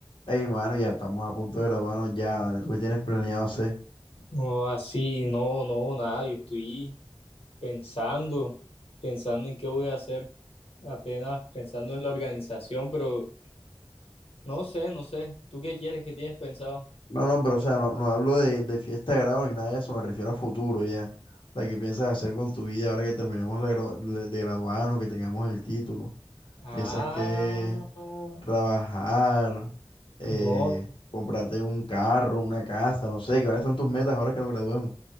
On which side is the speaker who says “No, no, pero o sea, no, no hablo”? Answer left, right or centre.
Left